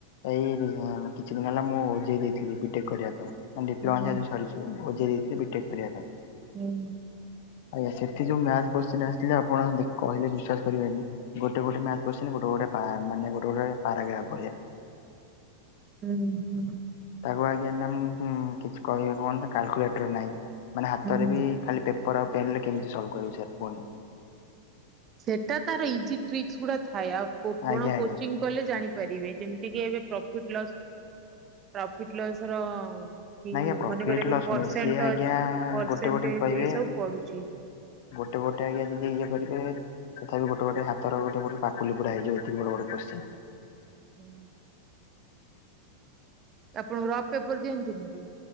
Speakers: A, on the left; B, on the right.
A: ଏଇ ଦି ଇଁ କିଛି ଦିନ ହେଲା ମୁଁ ଓଜେଇ ଦେଇଥିଲି ବିଟେକ୍ କରିବା ପାଇଁ ମାନେ ଡିପ୍ଲୋମା
B: ହୁଁ
A: ମାନେ ଏବେବି ସରିଚି। ଉ ଓଜେଇ ଦେଇଥିଲି ବିଟେକ୍ କରିବା ପାଇଁ।
B: ଉଁ
A: ଆଜ୍ଞା ସେଠି ଯୋଉ ମ୍ୟାଥ କୋଶ୍ଚିନ ଆସଥିଲା ଆପଣ ଦେ କହିଲେ ବିଶ୍ବାସ କରିବେନି। ଗୋଟେ ଗୋଟେ ମ୍ୟାଥ୍ କୋଶ୍ଚିନ ଗୋଟେ ଗୋଟେ ପା ମାନେ ଗୋଟେ ଗୋଟେ ପାରାଗ୍ରାଫ ଭଳିଆ।
B: ଉଁ ହୁଁ।
A: ତାକୁ ଆଜ୍ଞା ମ୍ୟାମ୍ ହୁଁ କିଛି କହିବାକୁ ମାନତା କାଲକୁଲେଟର ନାହିଁ ମାନେ ହାତରେ
B: ହୁଁ
A: ବି ଖାଲି ପେପର ଆଉ ପେନରେ କେମତି ସଲଭ୍ କରିବୁ ସେୟାକୁ କୁହନ୍ତୁ।
B: ସେଟା ତାର ଇଜି ଟ୍ରିକ୍ସଗୁଡା ଥାଏ ଆଉ କୋଉ ପୁରୁଣ
A: ଆଜ୍ଞା ଆଜ୍ଞା
B: କୋଚିଂ କଲେ ଜାଣିପାରିବେ ଯେମତି କି ଏବେ ପ୍ରଫିଟ୍ ଲସ୍ ପ୍ରଫିଟ୍ ଲସର କି
A: ନାଇଁ ଆଜ୍ଞା ପ୍ରଫିଟ୍
B: ମନେକର ଏବେ
A: ଲସ୍
B: ପର୍ସେଣ୍ଟ
A: ନୁହେଁ ସିଏ ଆଜ୍ଞା
B: ଅଛି ପର୍ସେଣ୍ଟେଜ୍
A: ଗୋଟେ ଗୋଟେ କହିବେ
B: ଏଇ ସବୁ ପଡୁଚି।
A: ଗୋଟେ ଗୋଟେ ଆଜ୍ଞା ଯଦି ଇଏ କରିପାରିବେ ତଥାପି ଗୋଟେ ଗୋଟେ ହାତର ଗୋଟେ ଗୋଟେ ପାପୁଲି ପୁରା ହେଇଯିବ ଏତିକି ବଡ ବଡ କୋଶ୍ଚିନ୍।
B: ହୁଁ। ତ ଆପଣଙ୍କୁ ରଫ ପେପର ଦିଅନ୍ତିନି କି?